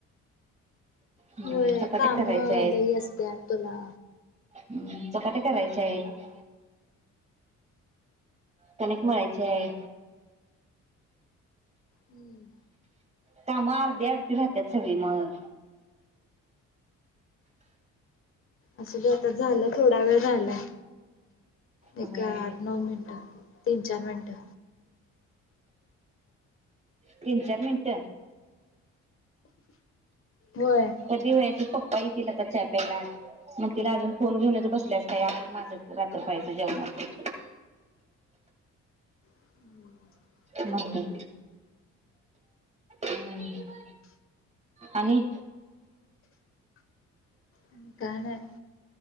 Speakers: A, on the right (about 20°); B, on the left (about 45°).
A: हम्म
B: होय
A: चपात्या
B: काम
A: करायच्या आहेत
B: लई असत तुला
A: हम्म चपाती करायच्या आहेत.
B: होय
A: कणिक मळायची हाय
B: हम्म
A: कामा अर्धे अर्धे राहत्यांत सगळी मग
B: असं आता झालं थोडा वेळ झाला.
A: हम्म
B: एक आठ नऊ मिनटं तीन चार मिनटं
A: तीन चार मिनट
B: होय
A: कध होयाची प पाहि तिला त चा प्यायला मग तिला अजून फोन घेऊनच बसल्यास काय आवर माझं रात्र पाहायचं जेवणाच
B: हम्
A: मग काय? हम् आणि
B: ह काय नाय.